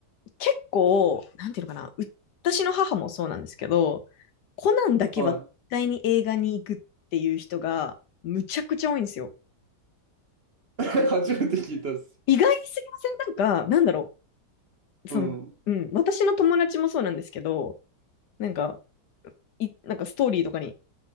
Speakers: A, on the left (about 70°); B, on the right (about 45°).
A: 結構、なんていうのかな、う私の母もそうなんですけど、コナンだけは絶対に映画に行くっていう人が、
B: はい。
A: むちゃくちゃ多いんですよ。
B: <laughs> 初めて聞いたっす。
A: 意外すぎませんなんか、なんだろう。その、
B: うん。
A: うん、私の友達もそうなんですけど、なんか、い、なんかストーリーとかに、